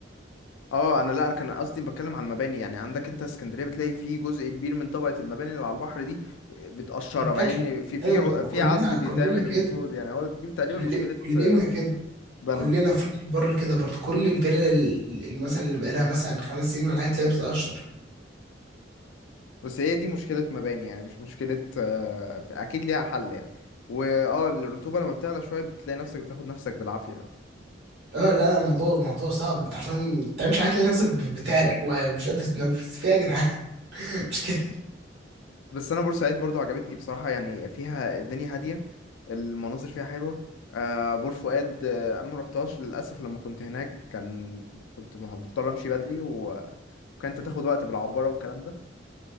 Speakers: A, on the left; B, on the right.
A: اه أنا لا أنا كان قصدي بتكلم على المباني يعني عندك أنت اسكندرية بتلاقي في جزء كبير من طبقة المباني اللي على البحر دي بتقشرها
B: بتاكل
A: مع إن في في
B: ايوه
A: ع-
B: مت-
A: في
B: كلنا
A: عزل بيتعمل
B: كلنا
A: المفروض
B: كده
A: يعني هو دي تقريبا
B: كل-
A: مشكلة
B: كلنا
A: آه،
B: كده
A: بنا
B: كلنا في راس البر كده برضه كل الفيلا ال- اللي مثلا اللي بقالها مثلا خمس سنين ولا حاجه تلاقيها بتقشر
A: بس هي دي مشكلة مباني يعني مش مشكلة آه، أكيد ليها حل يعني واه الرطوبة لما بتعلى شوية بتلاقي نفسك بتاخد نفسك بالعافية يعني.
B: اه لا لا الموضوع الموضوع صعب انت عشان ما تعملش حاجه تلاقي نفسك ب- بتعرق وه- ومش قادر تتنفس في إيه يا جدعان <laughs> مش كده
A: بس انا بورسعيد برضو عجبتني بصراحة يعني فيها الدنيا هادية المناظر فيها حلوة آه بور فؤاد آه انا ما روحتهاش للاسف لما كنت هناك كان كنت مه- مضطر امشي بدري وكانت تاخد وقت بالعبارة والكلام ده